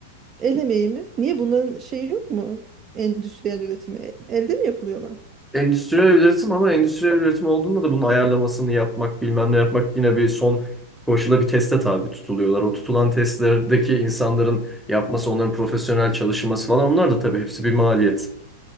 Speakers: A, on the right (about 35°); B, in the centre.
A: El emeği mi? Niye bunların şeyi yok mu? Endüstriyel üretimi. E- Elde mi yapılıyorlar?
B: Endüstriyel üretim ama endüstriyel üretim olduğunda da bunun ayarlamasını yapmak, bilmem ne yapmak yine bir son koşula bir teste tabi tutuluyorlar. O tutulan testlerdeki insanların yapması, onların profesyonel çalışması falan onlar da tabii hepsi bir maliyet.